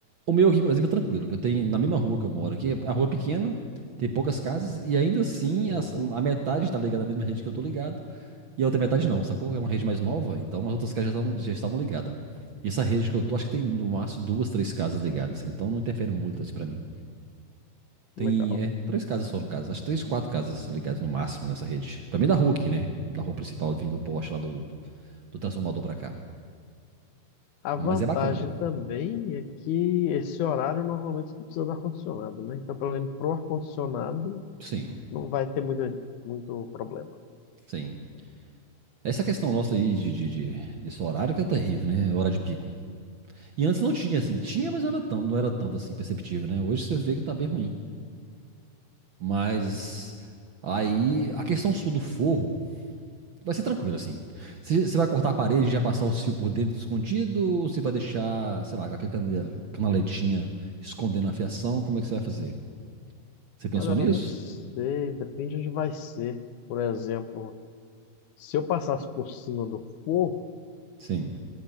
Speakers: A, on the right; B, on the left.
A: O meu aqui, por exemplo, é tranquilo, que eu tenho na mesma rua que eu moro aqui, a rua é pequena, tem poucas casas, e ainda assim
B: Uhum,
A: as- a metade está ligada na mesma rede que eu tô ligado, e a outra metade não, sacou? É uma rede mais nova, então as outras casas já, tavam- já estavam ligadas. E essa rede que eu tô, acho que tem no máximo duas, três casas ligadas, assim, então não interfere muito assim pra mim.
B: legal.
A: Tem, é, três casas só no caso, acho que três, quatro casas ligadas no máximo nessa rede. Pra mim é da rua aqui, né? Da rua principal, vindo do poste lá do, do transformador pra cá.
B: A vantagem
A: Mas é bacana.
B: também é que esse horário normalmente você não precisa do ar-condicionado, né? Então, pelo menos pro ar-condicionado
A: Sim,
B: não vai ter muita, muito problema.
A: sim. Essa questão nossa aí de, de- de- desse horário que é terrível, né? Hora de pico. E antes não tinha, assim. Tinha, mas não era tanto, não era tanto assim perceptível, né? Hoje você vê que tá bem ruim. Mas aí a questão sul do forro vai ser tranquila, assim. Você você vai cortar a parede e já passar o fio por dentro escondido? Ou você vai deixar, sei lá, aquela cana- canaletinha escondendo a fiação? Como é que você vai fazer? Você pensou
B: Ah, Cara,
A: nisso?
B: eu não sei, depende onde vai ser. Por exemplo, se eu passasse por cima do forro,
A: Sim.